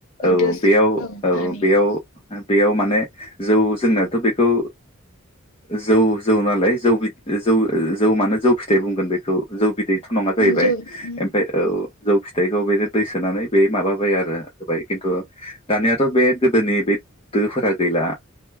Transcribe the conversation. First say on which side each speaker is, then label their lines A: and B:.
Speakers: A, on the left; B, on the left.
A: औ
B: दोस
A: बेयाव औ औ
B: हानि
A: बेयाव बेयाव माने जौ जोंनाथ बेखौ जौ। जौ नालाय जौ जौ जौ मानो जौ फिथाइ बुंगोन बेखौ जौ बिदै थ नङा जाहैबाय
B: उम जौ उम
A: ओमफ्राय औ। जौ फिथाइखौ बे दै सोनानै बे माबाबाय आरो होबाय खिन्थु दानियाथ बे गोदोनि बे दोफोरा गैला।